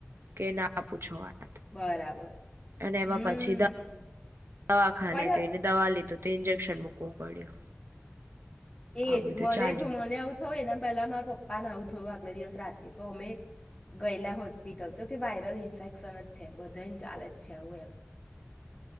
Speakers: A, on the right; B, on the left.
A: કે ના પૂછો વાત.
B: બરાબર.
A: અને એમાં
B: હમ
A: પછી દવાખાને
B: પણ
A: ગઈને દવા લીધું. તો ઇન્જેક્શન મૂકવું પડ્યું.
B: એજ
A: આ બધું
B: મને
A: ચાલ્યું
B: જો મને આવું તો એના પહેલા મારા પપ્પાને આવું થયું આગલા દિવસ રાતે તો અમે ગયેલા હોસ્પિટલ તો કે વાયરલ ઇન્ફેક્શન જ છે બધાને ચાલે જ છે આવું એમ.